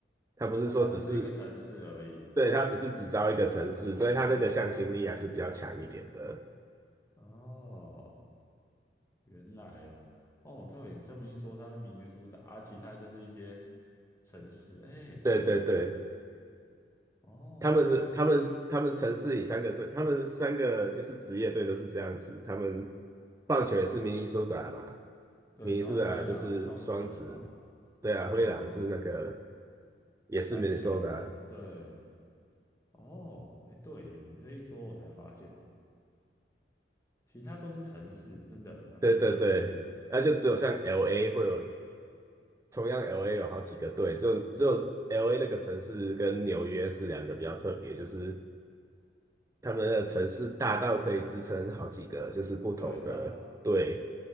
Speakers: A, on the right; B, on the left.
A: 他不是说只是
B: 哦，它不是一个城市而已
A: 对，它不是只招一个城市，所以它那个向心力还是比较强一点的。
B: 啊，哦，原来哦，哦，对，你这么一说，它是明尼苏达，啊，其他就是一些城市，哎，真的，
A: 对对对，
B: 哎，哦，
A: 他们的他们他们城市里三个队，他们三个就是职业队都是这样子。他们棒球也是明尼苏达嘛，
B: 对，
A: 明尼苏达就是双子，
B: 然后灰狼双城嘛，
A: 对啊，灰狼是那个
B: 嗯，
A: 也是
B: 篮球，
A: Minnesota，
B: 对，哦，哎，对耶，你这一说，我才发现，其他都是城市，真的还蛮特殊的，
A: 对对对，那就只有像 LA 会有，同样 LA 有好几个队，只有只有 LA 那个城市跟纽约是两个比较特别，就是他们的城市大到可以支撑好几个，就是不同的队。
B: 对，但